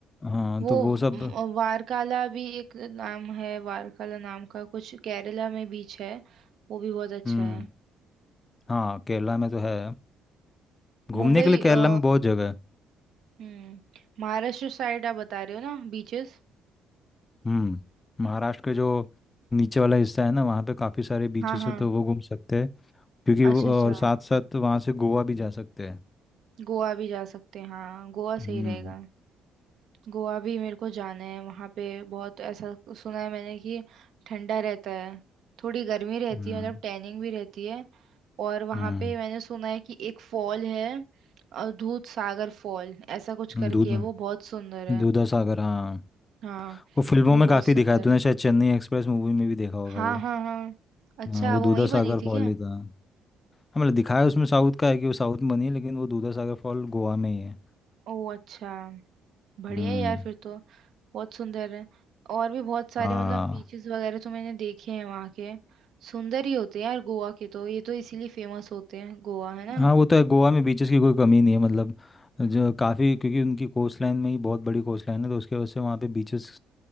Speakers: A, on the left (about 30°); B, on the right (about 70°).
A: हाँ
B: वो
A: तो वो सब
B: म, वारकाला भी एक नाम है वारकाला नाम का कुछ केरला में बीच है वो भी बहुत अच्छा
A: हम्म
B: है
A: हाँ केरला में तो है घूमने
B: मुंबई
A: के लिए केरला
B: अ,
A: में बहुत जगह है
B: हम्म महाराष्ट्र साइड आप बता रहे हो ना बीचेस
A: हम्म महाराष्ट्र के जो नीचे वाला हिस्सा है ना वहाँ पे काफ़ी सारे बीचेस
B: हाँ हाँ
A: है तो वो घूम सकते हैं क्योंकि वो
B: अच्छा अच्छा
A: और साथ साथ वहाँ से गोवा भी जा सकते हैं
B: गोवा भी जा सकते हैं हाँ गोवा सही
A: हम्म
B: रहेगा गोवा भी मेरे को जाना है वहां पे बहुत ऐसा सुना है मैंने कि ठंडा रहता है थोड़ी गर्मी रहती
A: हम्म
B: है मतलब टैनिंग भी रहती है और वहां
A: हम्म
B: पे मैंने सुना है कि एक फॉल है अ, दूध सागर फॉल ऐसा कुछ करके
A: दूध
B: है वो बहुत सुंदर है
A: दूधा सागर हाँ
B: हाँ
A: वो फिल्मों
B: वो
A: में
B: बहुत
A: काफ़ी
B: सुंदर
A: दिखा है तूने
B: है
A: शायद चेन्नई एक्सप्रेस मूवी में भी देखा होगा
B: हाँ
A: वो
B: हाँ हाँ अच्छा
A: हाँ वो
B: वो
A: दूधा
B: वहीं
A: सागर
B: बनी
A: फॉल
B: थी क्या
A: ही था हाँ, मतलब दिखाया उसमें साउथ का है कि वो साउथ में बनी है लेकिन वो दूधा सागर फॉल गोवा में ही है
B: ओ अच्छा बढ़िया
A: हम्म
B: है यार फिर तो बहुत सुंदर है और भी बहुत सारे
A: हाँ
B: मतलब बीचेस वगैरह तो मैंने देखे हैं वहाँ के सुंदर ही होते हैं यार गोवा के तो ये तो इसीलिए फेमस होते हैं गोवा है ना
A: हाँ वो तो है गोवा में बीचेस की कोई कमी नहीं है मतलब जो काफ़ी क्योंकि उनकी कोस्ट लाइन में ही बहुत बड़ी कोस्ट लाइन है तो उसके वजह से वहाँ पे बीचेस